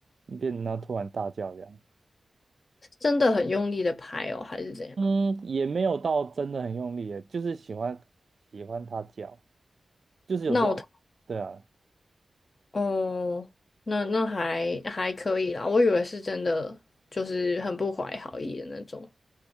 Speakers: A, on the right; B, on the left.
A: 变，然后突然大叫这样。
B: 是真的很用力的拍哦，还是怎样？
A: 嗯，也没有到真的很用力耶，就是喜欢喜欢它叫，就是有这种，
B: 闹腾
A: 对啊，
B: 哦，那那还还可以啦，我以为是真的，就是很不怀好意的那种。